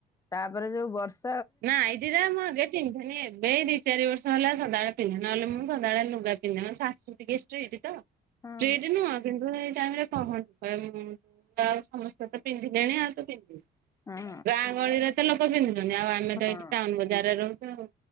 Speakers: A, on the left; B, on the right.
A: ତାପରେ ଯୋଉ ବର୍ଷ
B: ନାଇଟିଟା ମୁଁ <unintelligible> ପିନ୍ଧିନି ଏବେ ଏଇ ଦି ଚାରି ବର୍ଷ ହେଲା ସଦାବେଳେ ପିନ୍ଧେ, ନହେଲେ ମୁଁ ସଦାବେଳେ ଲୁଗାପିନ୍ଧେ ମୋ ଶାଶୁ ଟିକେ ଷ୍ଟ୍ରିକ୍ଟ ତ।
A: ହଁ
B: ଷ୍ଟ୍ରିକ୍ଟ୍ ନୁହଁ କନ୍ତୁ ଏ ଟାଇମ୍ ରେ <unintelligible> <unintelligible> ସମସ୍ତେ ତ ପିନ୍ଧିଲେଣି ଆଉ ତୁ ପିନ୍ଧିବୁ
A: ହଁ
B: ଗାଁ ଗହଳିରେ ସେ ଲୋକ ପିନ୍ଧୁଛନ୍ତି ଆଉ ଆମେ ତ
A: ହଁ
B: ଏଇଠି ଟାଉନ୍ ବଜାରରେ ରହୁଛୁ ଆଉ।